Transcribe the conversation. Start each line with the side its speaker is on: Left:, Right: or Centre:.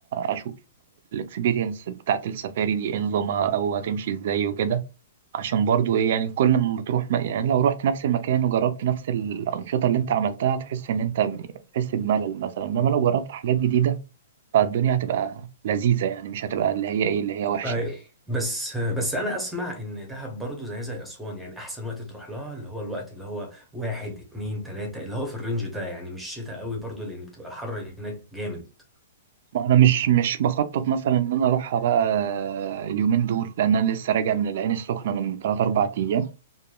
Right: أشوف الإكسبيرينس بتاعت السفاري دي إيه نظامها أو هتمشي إزاي وكده عشان برضو إيه يعني كل ما بتروح م- يعني لو رحت نفس المكان وجربت نفس الأنشطة اللي أنت عملتها هتحس إن أنت ب- بتحس بملل مثلا إنما لو جربت حاجات جديدة فالدنيا هتبقى لذيذة يعني مش هتبقى اللي هي إيه اللي هي وحشة
Centre: أيوة. بس بس انا اسمع ان دهب برضو زي زي اسوان يعني احسن وقت تروح لها اللي هو الوقت اللي هو واحد اتنين تلاتة اللي هو في الرينج ده يعني مش شتاء قوي برضو لان بتبقى الحر هناك جامد
Right: ما انا مش مش بخطط مثلا ان انا اروحها بقى اليومين دول لان انا لسه راجع من العين السخنه من 3 4 ايام